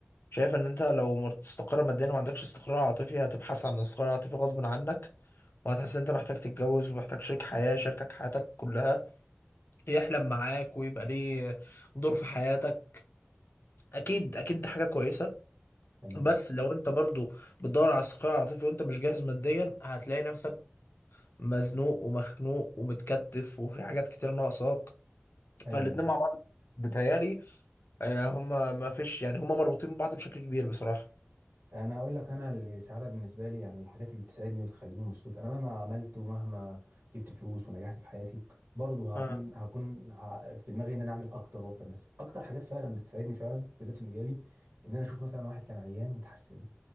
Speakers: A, on the left; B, on the right.
A: شايف إن أنت لو مستقر ماديا وما عندكش استقرار عاطفي هتبحث عن الاستقرار العاطفي غصب عنك وهتحس إن أنت محتاج تتجوز ومحتاج شريك حياة شاركك حياتك كلها يحلم معاك ويبقى ليه دور في حياتك أكيد أكيد دي حاجة كويسة
B: تمام
A: بس لو انت برضو بتدور على الصقيع العاطفي وانت مش جاهز ماديا هتلاقي نفسك مزنوق ومخنوق ومتكتف وفي حاجات كتير ناقصاك
B: ايوه
A: فالاتنين مع بعض بتهيالي آه، هما ما فيش يعني هما مربوطين ببعض بشكل كبير بصراحة
B: انا اقول لك انا السعاده بالنسبه لي يعني الحاجات اللي بتسعدني وبتخليني مبسوط انا مهما عملت ومهما جبت فلوس ونجحت في حياتي برضه
A: اه
B: هكون هكون ع- في دماغي ان انا اعمل اكتر واكتر بس اكتر حاجات فعلا بتسعدني فعلا بالذات في مجالي ان انا اشوف مثلا واحد كان عيان وتحسن